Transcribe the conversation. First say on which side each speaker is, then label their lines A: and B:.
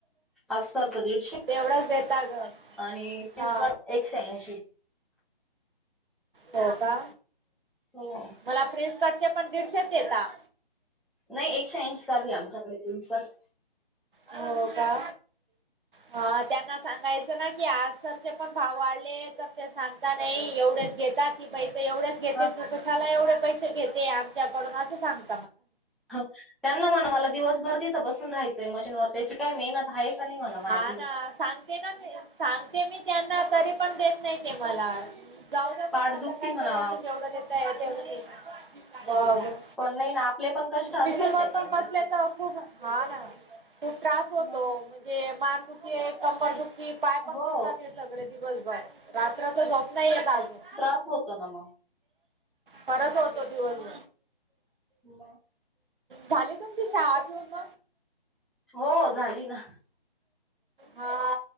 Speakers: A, in the centre; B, on the right.
A: अस्तरच दीडशे
B: तेवढच देता ग
A: आणि तीस
B: हा
A: पर एकशे ऐंशी.
B: हो का
A: हो
B: मला प्रिनसकटचे पण दीडशेच देता
A: नाही एकशे ऐंशी चालू आहे आमच्याकडे प्रिन्स कट
B: हो का हा त्यांना सांगायचं की आज सरचे पण भाव वाढले तर ते सांगता नाही एवढेच घेत ती एवढेच घेते
A: हा
B: न कुशाला एवढे पैसे घेते आमच्याकडून असं सांगत
A: त्यांना म्हण मला दिवसभर तिथं बसून राहायचंय मशीनवर त्याची काय मेहनत आहे का नाही म्हणा माझी.
B: हा ना सांगते ना मी सांगते मी त्यांना तरी पण देत नाही ते मला जाऊ द
A: पाठ
B: मग आता
A: दुखती
B: काय
A: म्हणा
B: करायचं जेवढं देता येते देतात तेवढे घ्यायचं हो
A: पण नाही ना आपले पण कष्ट असतात
B: मिशन
A: ना
B: मट
A: त्याच्यामध्ये.
B: पण बसले तर खूप हा ना खूप त्रास होतो
A: मग
B: म्हणजे मान दुखी कंबर दुखी कि पाय पण
A: हो
B: दुखतात सगळे दिवसभर रात्री तर झोप येत नाही अजून
A: कस होत ना मग
B: परत होतो दिवस
A: मग
B: झालेणची श होम
A: हो झाली ना
B: हा